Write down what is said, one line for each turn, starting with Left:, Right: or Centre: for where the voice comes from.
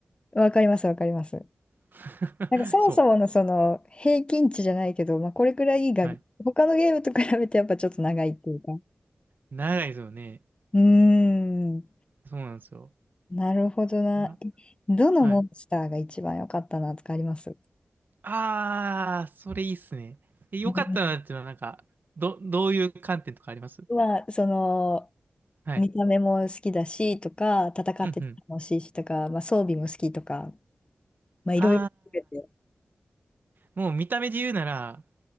Left: うん。わかります、わかります。
Right: <laughs>
Left: なんかそもそものその平均値じゃないけど、
Right: そう。
Left: まあ、これくらいが、
Right: はい。
Left: 他のゲームと比べてやっぱちょっと長いっていうか。
Right: 長いですよね。
Left: うーん、
Right: そうなんですよ。
Left: なるほどな。
Right: あ
Left: えどのモンスターが一番良かったなとかあります
Right: はい。あー、それいいっすね。えよかったなっていうのは、
Left: うん
Right: なんか、ど、どういう観点とかあります
Left: まあ、その、
Right: はい。
Left: 見た目も好きだしとか、戦ってて楽しいしとか、
Right: うんうん。
Left: まあ、装備も好きとか、まあ、いろいろ含めて。
Right: あー、もう見た目で言うなら、